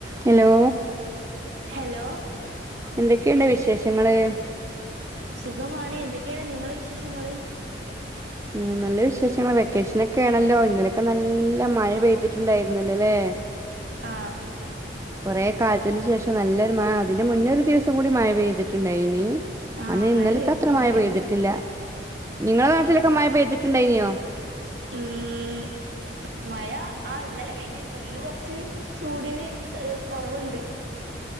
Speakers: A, on the right (about 15°); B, on the right (about 75°).
A: Hello
B: hello
A: എന്തൊക്കെണ്ട് വിശേഷങ്ങള്
B: സുഖമാണ് എന്തൊക്കെയാ നിങ്ങളെ വിശേഷങ്ങള്
A: മ് നല്ല വിശേഷങ്ങൾ വെക്കേഷനൊക്കെണേല്ലോ ഇന്നലൊക്കെ നല്ല മഴ പെയ്തിട്ടുണ്ടായിരുന്നല്ലോ ല്ലേ
B: ആഹ്
A: കൊറേ കാലത്തിന് ശേഷം നല്ലൊരു മ അതിന്റെ മുന്നൊരു ദിവസം കൂടി മഴ പെയിതിട്ട്ണ്ടായിനി
B: ആഹ്
A: അന്ന്
B: മഴ
A: ഇന്നലത്തത്ര
B: പെയ്തിട്ടുണ്ടായിരുന്നു
A: മഴ പെയ്തിട്ടില്ല നിങ്ങളെ നാട്ടില് മഴ പെയിതിട്ട്ണ്ടായിനിയോ
B: ഉം മഴ ആ ഇന്നലെ പെയ്തിരിന്നു ഇന്ന് കൊറച്ച് ചൂടിന് ഏഹ് കൊറവ്ണ്ട്